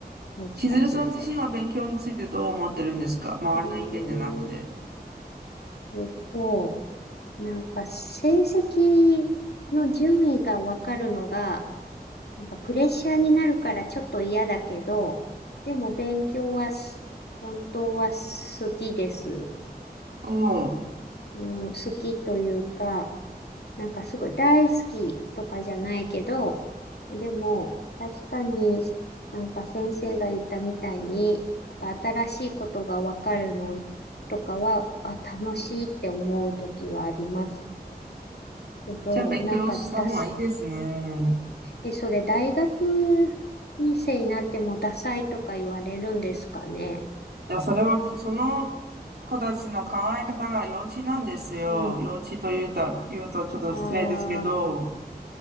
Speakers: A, on the left; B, on the right.
A: もしかすると。
B: 千鶴さん自身は勉強についてどう思ってるんですか周りの意見じゃなくて。
A: うーん、えっと、なんか成績の順位がわかるのが、なんかプレッシャーになるからちょっと嫌だけど、でも勉強はす本当は好きです。
B: おお、
A: うん、好きというか、なんかすごい大好きとかじゃないけど、でも確かになんか先生が言ったみたいに、なんか新しいことがわかるのとかは、あ、楽しいって思う時はありますけど、
B: じゃあ勉強した方がいいですね。
A: なんかだす、え、それ大学2世になってもダサいとか言われるんですかね。
B: いや、それはこ、その子たちの考え方が幼稚なんですよ。
A: うん。
B: 幼稚というた、言うとちょっと失礼ですけど。
A: あ